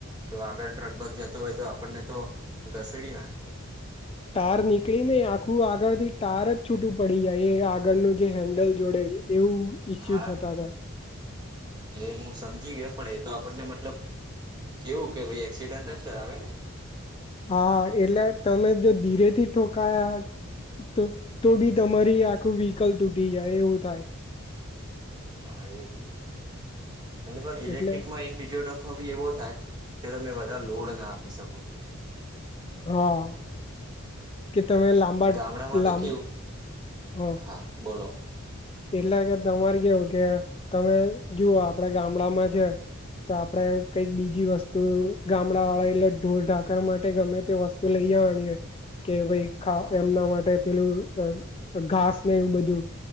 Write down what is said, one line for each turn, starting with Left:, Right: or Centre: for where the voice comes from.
Right: તો આગળ ટ્રક બગ જતો હોય તો આપણને તો ઘસેડી નાખે.
Left: ટાર નીકળી ને આખું આગળ થી ટાર જ છૂટું પડી જાય એ આગળનું જે હેન્ડલ જોડે છે. એવું ઈસ્યુ
Right: હા
Left: થતા હતા.
Right: એ હું સમજી ગયો પણ એ તો આપણને મતલબ. કેવું કે ભાઈ એક્સિડેન્ટ જ કરાવે ને.
Left: હા એટલે તમે જો ધીરે થી ઠોકાયા તો તો બી તમારી આખું વ્હીકલ તૂટી જાય એવું થાય.
Right: હા એ અને પણ ઇલેક્ટ્રિકમાં
Left: એટલે
Right: એક બીજો ડકો બી એવો થાય કે તમે વધારે લોડ ના આપી શકો.
Left: હા કે તમે લાંબા
Right: ગામડામાં
Left: લાં
Right: તો કેવું
Left: હ
Right: હા બોલો.
Left: એટલે કે તમારે કેવું કે તમે જુઓ આપડે ગામડામાં છે, તો આપડે કઈક બીજી વસ્તુ ગામડા વાળા એટલે ઢોર ઢાકર માટે ગમે તે વસ્તુ તો લઈ આવીએ કે ભાઈ ખા
Right: હા
Left: એમના માટે પેલું અ અ ઘાસ ને એવું બધું